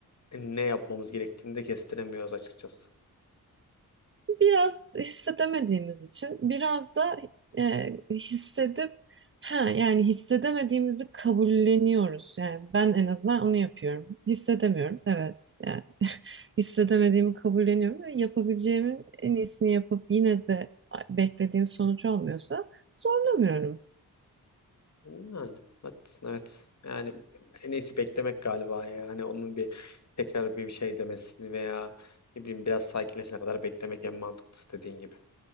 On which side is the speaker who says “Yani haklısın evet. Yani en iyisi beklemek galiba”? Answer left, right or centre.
Left